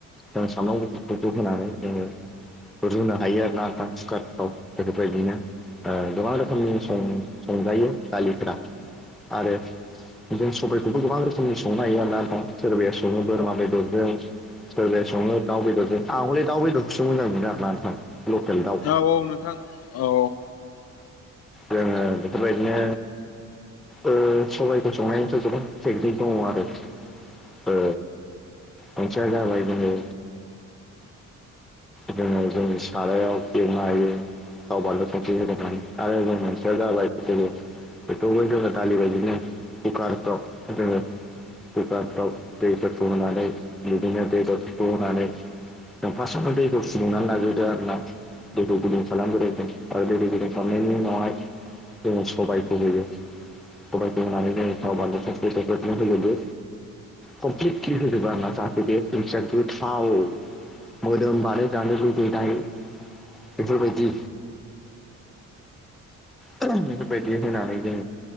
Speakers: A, in the centre; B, on the left (about 55°).
A: जों सामब्राम गुफुरफोरखौ होनानै जोंङो रुनो हायो आरो नोंथां कुकारफ्राव बेफोरबायदिनो गोबां रोखोमनि संजायो दालिफोरा आरो जों सबखौबो गोबां रोखोमनि संनो हायो आरो ना नोंथां सोरबाया जनो बोरमा बेदर जों सोरबाया संङो दाउ बेदरजों आं हले दाउ बेदरखौसो मोजां मोनो आर ना नोंथां लकेल दाउ
B: औ औ नोंथां औ
A: जोंङो बेफोरबायदिनो ओ सबबायखौ संनायनिफ्राय गोबां टेकनिक दंङ आरो ओ मोनसेया जाबाय जोंङो जोंङो जोंनि सारायाव एवनो हायो गाव बानलु संख्रि होगोनानै आरो जों मोनसेया जाबाय जो बेखौबो जोङो दालि बायदिनो कुकारफ्राव जोङो कुकारफ्राव दैफोरखौ होनानै बिदिनो दै बेदरफोरखौ होनानै जों फार्स्टआवनो दैखौ फुदुंनानै लाग्रोयो। आरोना दैखौ गुदुं खालामग्राय जों आरो दैखौ गुदुं खालामनायनि उनावहाय जोङो सबायखौ होयो सबायखौ होनानै जोङो थाव बानलु थखे थखेनो होजोबो कमप्लिटलि होजोबो आरो ना जाहाथे बे ओंथियाखौ थाव मोदोम बानाय जानो लुबैयो। देनाय बेफोरबायदि बेफोरबायदि होनानै जों